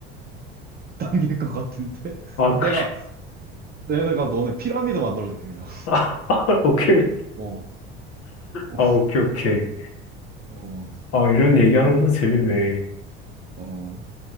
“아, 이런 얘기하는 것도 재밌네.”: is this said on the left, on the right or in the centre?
Left